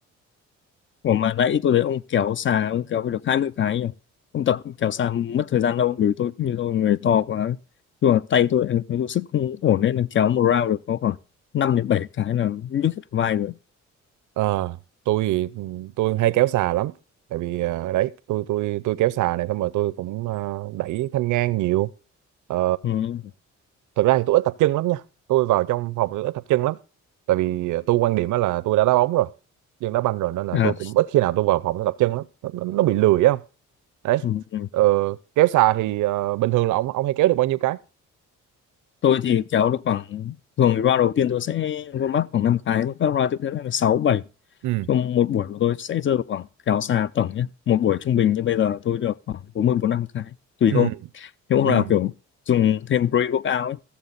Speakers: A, on the left; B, on the right.
A: Ủa mà nãy tôi thấy ông kéo xà, ông kéo phải được 20 cái nhỉ? Ông tập kéo xà mất thời gian đâu, bởi vì tôi như tôi người to quá. Nhưng mà tay tôi, tôi, tôi sức không ổn nên là kéo một round được có khoảng 5 đến 7 cái là nhức hết cả vai rồi.
B: ờ tôi thì- tôi hay kéo xà lắm tại vì ờ, đấy tôi tôi tôi kéo xà này xong rồi tôi cũng ờ, đẩy thanh ngang nhiều Ờ,
A: Ừ.
B: thực ra thì tôi ít tập chân lắm nha tôi vào trong phòng tôi ít tập chân lắm tại vì tôi quan điểm á là tôi đã đá bóng rồi chân đá banh rồi nên là
A: À,
B: tôi cũng ít khi nào tôi vào phòng tôi tập chân lắm nó, nó bị lười á không đấy
A: ừ. ừ.
B: ờ, kéo xà thì ờ, bình thường là ông ông hay kéo được bao nhiêu cái
A: Tôi thì kéo được khoảng, thường thì round đầu tiên tôi sẽ vô mắc khoảng 5 cái, các round tiếp theo là 6, bảy
B: ừ
A: Trong một buổi của tôi sẽ rơi vào khoảng kéo xà tổng nhé. Một buổi trung bình như bây giờ tôi được khoảng bốn mươi, bốn năm cái, tùy
B: ừ
A: hôm. nếu hôm
B: ừ
A: nào kiểu dùng thêm pre-workout ấy,